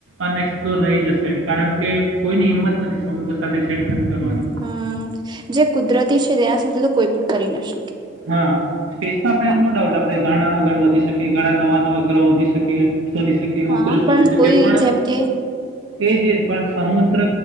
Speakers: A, on the right (about 85°); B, on the right (about 20°).
A: અનએક્સપ્લોર રહી, જશે કારણ કે કોઈની હિંમત નથી, સમુદ્ર સાથે છેડખાની કરવાની
B: હમ, હમ જે કુદરતી છે, તેના સાથે તો કોઈ પણ કરી ના શકે
A: હા, સ્પેસમાં આપણે
B: હા
A: નો ડાઉટ આપણે ઘણા આગળ વધ શકે ઘણા નવા, નવા ગ્રહો થઈ, શકે શોધી શકે,
B: હા
A: ઉગ્ર
B: પણ
A: શોધી શકે
B: કોઈ
A: પણ
B: જેમ કે
A: એ જે પણ સમુદ્ર